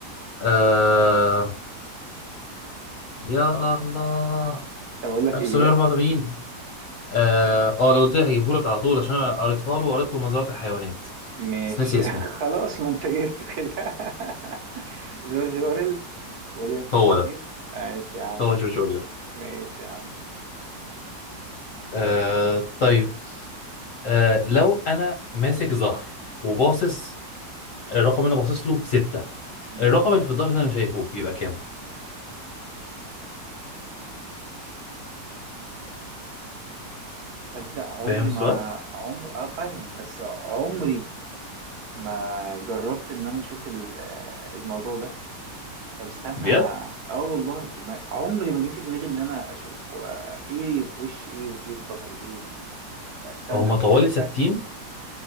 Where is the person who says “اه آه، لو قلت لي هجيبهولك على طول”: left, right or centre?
Left